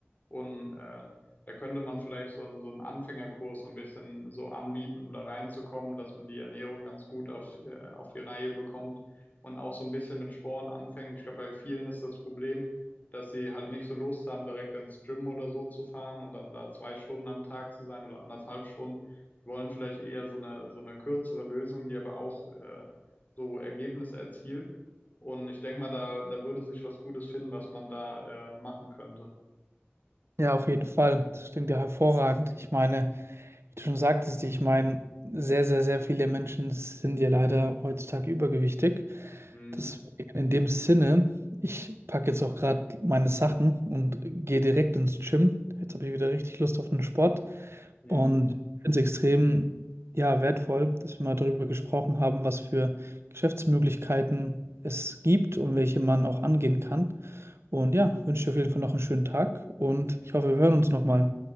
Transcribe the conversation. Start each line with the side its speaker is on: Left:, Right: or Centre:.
Left: Und äh, da könnte man vielleicht so einen, so einen Anfängerkurs so ein bisschen so anbieten, um da reinzukommen, dass man die Ernährung ganz gut auf, äh, auf die Reihe bekommt und auch so ein bisschen mit Sport anfängt. Ich glaube, bei vielen ist das Problem, dass sie halt nicht so Lust haben, direkt ins Gym oder so zu fahren und dann da zwei Stunden am Tag zu sein oder anderthalb Stunden wollen vielleicht eher so eine, so eine kürzere Lösung, die aber auch äh, so Ergebnisse erzielt. Und ich denke mal, da, da würde sich was Gutes finden, was man da äh, machen könnte.
Right: Ja, auf jeden Fall. Das klingt ja hervorragend. Ich meine, wie du schon sagtest, ich meine, sehr, sehr, sehr viele Menschen sind ja leider heutzutage übergewichtig.
Left: Mhm.
Right: Deswegen in dem Sinne, ich packe jetzt auch gerade meine Sachen und gehe direkt ins Gym. Jetzt habe ich wieder richtig Lust auf den Sport
Left: Mhm.
Right: und finde es extrem, ja, wertvoll, dass wir mal darüber gesprochen haben, was für Geschäftsmöglichkeiten es gibt und welche man auch angehen kann. Und ja, wünsche dir auf jeden Fall noch einen schönen Tag und ich hoffe, wir hören uns nochmal.